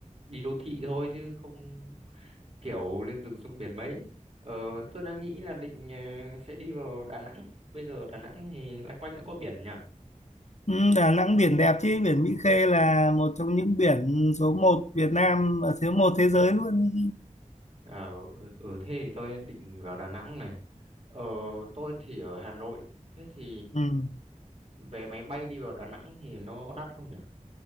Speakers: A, on the right; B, on the left.
A: đi đô thị thôi chứ không kiểu lên rừng xuống biển mấy. Ờ tôi đang nghĩ là định ờ, sẽ đi vào Đà Nẵng. Bây giờ Đà Nẵng thì loanh quanh đã có biển nhỉ?
B: Ừ, Đà Nẵng biển đẹp chứ, biển Mỹ Khê là một trong những biển số một Việt Nam và số một thế giới luôn.
A: À, ừ, ừ, thế thì tôi định vào Đà Nẵng này. Ờ, tôi thì ở Hà Nội. Thế thì
B: Ừ.
A: vé máy bay đi vào Đà Nẵng thì nó có đắt không nhỉ?